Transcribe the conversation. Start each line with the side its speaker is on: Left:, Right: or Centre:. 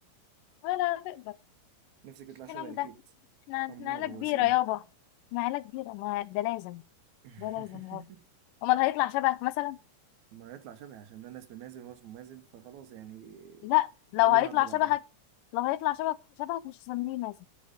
Left: ولا تقدر
Right: نفسك يطلع
Left: الكلام
Right: شبهي اكيد
Left: ده احنا
Right: امور
Left: احنا عيلة كبيرة
Right: وسيم
Left: يابا احنا عيلة كبيرة ما ده لازم
Right: <laughs>
Left: ده لازم يابا امال هيطلع شبهك مثلا
Right: ما يطلع شبهي عشان انا اسمي مازن وهو اسمه مازن فخلاص يعني
Left: لا لو
Right: القلوب
Left: هيطلع
Right: عند بعضها
Left: شبهك لو هيطلع شبهك شبهك مش هسميه مازن